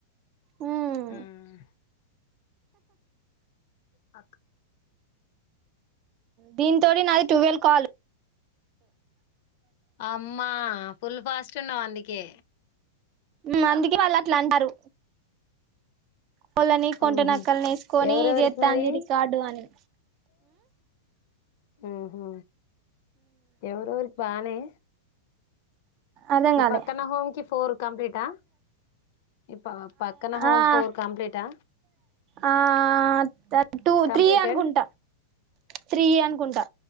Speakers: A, on the right; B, on the left.
A: హ్మ్
B: అన్నా పక్
A: దీంతోటి నాది టువెల్ కాల్
B: అమ్మా ఫుల్ ఫాస్ట్ ఉన్నావు అందుకే
A: హ్మ్ అందుకే వాళ్ళు అట్ల అన్నరు కోళ్ళని కొంట
B: ఆహా
A: నక్కలని ఎసుకొని
B: ఎవరెవరికి
A: చెత్తాంది
B: మరి
A: రికార్డు అని
B: హ్మ్ హు ఎవరెవరిక్ బానేే
A: అర్థం
B: ఈ
A: కాలే
B: పక్కన హోమ్ కి ఫోర్ కంప్లీటా ఈ ప పక్కన హోమ్
A: ఆ
B: ఫోర్ కంప్లీటా
A: ఆ త టూ,
B: కంప్లీటెడ్
A: త్రీ అనుకుంట త్రీ అనుకుంటా